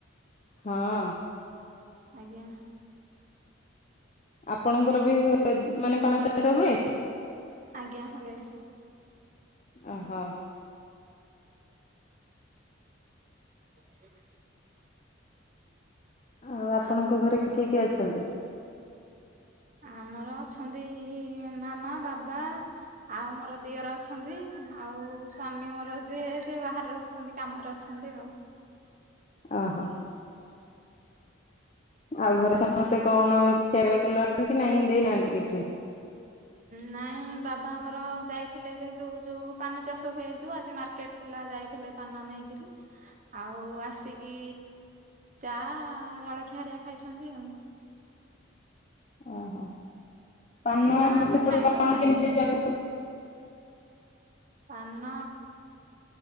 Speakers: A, on the left; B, on the right.
A: ହଁ।
B: ଆଜ୍ଞା।
A: ଆପଣଙ୍କର ବି ହୁଏ ମାନେ ପାନ ଚାଷ ହୁଏ?
B: ଆଜ୍ଞା, ହୁଏ।
A: ଓହୋ।
B: <inaudible>
A: ଆଉ ଆପଣଙ୍କ
B: ଆ
A: ଘରେ କିଏ କିଏ ଅଛନ୍ତି?
B: ଆମର ଅଛନ୍ତି ମାମା, ବାବା ଆଉ ମୋର ଦିଅର ଅଛନ୍ତି ଆଉ ସ୍ଵାମୀ ମୋର ଯିଏ, ସିଏ ବାହାରେ ରହୁଛନ୍ତି। କାମରେ ଅଛନ୍ତି ଆଉ।
A: ଓହୋ। ଆଉ ଘରେ ସମସ୍ତେ କଣ ଖିଆ ପିଆ କଲେଣି କି ନାହିଁ, ଦେଇନାହାଁନ୍ତି କିଛି?
B: ନାଇଁ ବାବା ଆମର ଯାଇଥିଲେ ଯେହେତୁ ଯୋଉ ପାନ ଚାଷ ହୁଏ ଯୋଉ ଆଜି ମାର୍କେ ର୍କେଟ ଥିଲା, ଯାଇଥିଲେ ପାନ ନେଇ ବିକିର। ଆଉ ଆସିକି ଚା ଜଳଖିଆ ହେରିକା ଖାଇଛନ୍ତି ଆଉ।
A: ଓହୋ। ପାନ
B: ଆ ଆମେ
A: ସେପଟେ
B: ଖାଇନୁ
A: କଣ
B: ଖାଇବୁ
A: କେମତି ଚାଲୁ
B: ପାନ